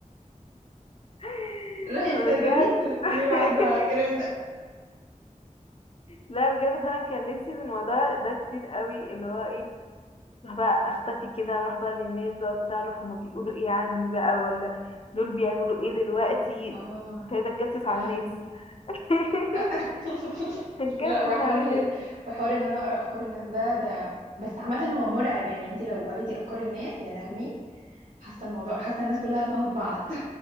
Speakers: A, on the left; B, on the right.
A: <laughs>
B: روحي
A: بجد
B: للصيدلي قولي
A: <laughs>
B: له عايزة الكلام ده
A: لا بجد فعلا كان نفسي في الموضوع ده ده كتير قوي اللي هو ايه اروح بقى اختفي كده اروح بقى للناس بقى كده اعرف هما بيقولوا ايه عني بقى ولا دول بيعملوا ايه دلوقتي
B: آه
A: ابتديت اتجسس
B: يا
A: على
B: لهوي
A: الناس <laughs>
B: <laughs>
A: تتجسس
B: لا وحوار
A: على
B: ال...
A: الناس
B: وحوار ان انا اقرا افكار الناس ده ده بس عامه هو مرعب يعني انت لو قريتي افكار الناس يا لهوي حاسه الموضوع حاسه الناس كلها هتموت بعض